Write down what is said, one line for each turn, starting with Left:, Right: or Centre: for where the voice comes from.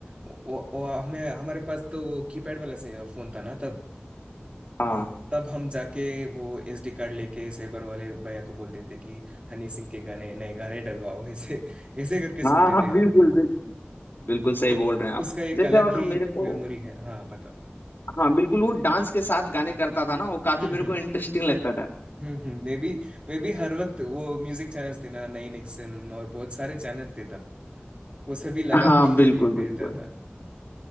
Right: वो, वो हमें हमारे पास तो वो कीपैड वाला से फोन था ना तब
Left: हाँ
Right: तब हम जाके वो एसडी कार्ड लेके साइबर वाले भैया को बोलते थे कि हनी सिंह के गाने नए गाने डलवाओ <laughs> ऐसे ऐसे करके
Left: हाँ
Right: सुनते
Left: हाँ
Right: थे
Left: बिल्कुल
Right: हम
Left: बिल्कुल बिल्कुल सही
Right: वो,
Left: बोल रहे हैं आप
Right: उसका एक
Left: जैसे
Right: अलग
Left: और
Right: ही
Left: मेरे को
Right: मेमोरी है हाँ बताओ
Left: हाँ बिल्कुल वो डांस के साथ गाने करता था ना वो काफी
Right: हम्म
Left: मेरे को इंटरेस्टिंग लगता था
Right: हम्म हम्म, मे बी मे बी हर वक्त वो म्यूजिक चैनल्स थे ना नाइन एक्सएम और बहुत सारे चैनल थे तब वो सभी लगा
Left: हाँ
Right: के
Left: बिल्कुल
Right: <laughs>
Left: बिल्कुल
Right: रहता था